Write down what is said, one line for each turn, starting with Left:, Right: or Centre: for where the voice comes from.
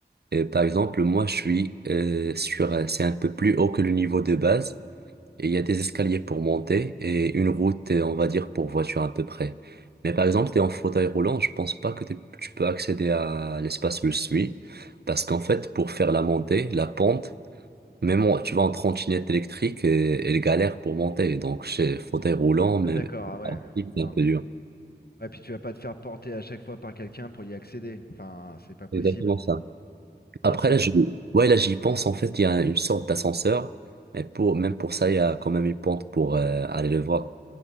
Right: euh, par exemple, moi, je suis euh, sur, un- c'est un peu plus haut que le niveau de base. Et il y a des escaliers pour monter et une route, euh, on va dire, pour voiture à peu près. Mais par exemple, tu es en fauteuil roulant, je pense pas que t'es- tu peux accéder à l'espace où je suis. Parce qu'en fait, pour faire la montée, la pente, même en- tu vas en trottinette électrique, et, elle galère pour monter. Donc, chez fauteuil roulant, mais
Left: Ah d'accord, ah ouais.
Right: c'est
Left: Non
Right: un peu
Left: mais.
Right: dur.
Left: Ouais, puis tu vas pas te faire porter à chaque fois par quelqu'un pour y accéder. Enfin, c'est pas possible.
Right: Exactement ça. Après,
Left: Hein, c'est...
Right: là, je... ouais, là, j'y pense. En fait, il y a une sorte d'ascenseur. Mais pour... même pour ça, il y a quand même une pente pour euh, aller le voir